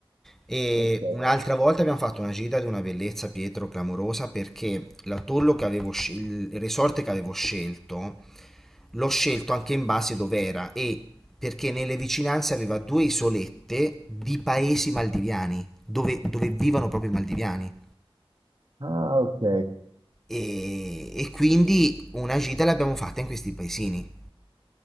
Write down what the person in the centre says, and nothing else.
E
un'altra volta abbiamo fatto una gita di una bellezza, Pietro, clamorosa, perché l'atollo che avevo scel- il resort che avevo scelto, l'ho scelto anche in base dove era e perché nelle vicinanze aveva due isolette di paesi maldiviani, dove, dove vivono proprio i maldiviani.
E, e quindi una gita l'abbiamo fatta in questi paesini.